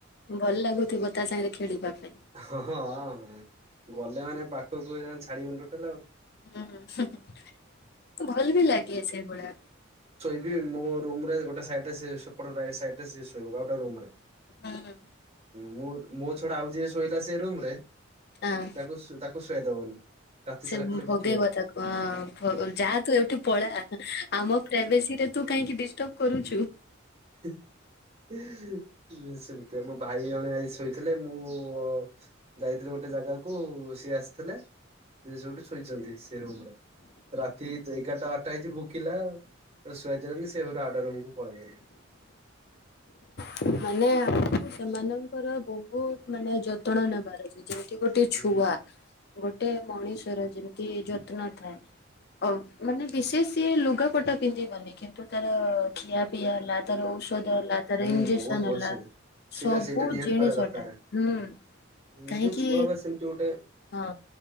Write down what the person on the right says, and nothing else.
ହଁଁ ହଁ ଗଲେ ମାନେ ପାଖକୁ ଛାଡିବନ ଟୋଟାଲ ଆଉ
କି ମୋ ରୁମ ରେ, ଗୋଟେ ସାଇଡ ରେ ସେ ସେପଟ ରାଇଟ ସାଇଡ ରେ ସେ ଶୋଇବ ଆଉ ଗୋଟା ରୁମ ରେ
ମୋ-ମୋ ଛଡା ଆଉ ଯିଏ ସୋ ଶୋଇଲା ସେ ରୁମ ରେ
ତାକୁ ତାକୁ ସୁ ସେ ଦବନି ରାତି
ସାରା ଖାଲି ଭୁକିବ
ହିଁ ହିଁ ହିଁ ଇ ଇ ଇ ସିଏ ସେମିତିଆ ମୋ ଭାଇ ଜଣେ ଆଜି ଶୋଇଥିଲେ ମୁଁ ଉ ଉ ଯାଇଥିଲି ଗୋଟେ ଜାଗାକୁ ଉ ସିଏ ଆସିଥିଲେ। ସିଏ ସେଠୁ ଶୋଇଛନ୍ତି ସେ ରୁମରେ, ରାତି ଏଗାର ଟା ବାରଟା ହେଇଛି ଭୁକିଲା ଆଉ ସୁଆଇ ଦେଲାନି ସେ ସେଠୁ ଆଉ ଗୋଟା ରୁମ କୁ ପଳେଇଗଲେ।
ହୁଁ
ହୁଁ
ବହୁତ ବସେ
ସେଇଟା
ସେଇଟା ନିହାତି
କରିବା ଦରକାର।
ନିଜ
ଛୁଆ ବା ସେମିତି ଗୋଟେ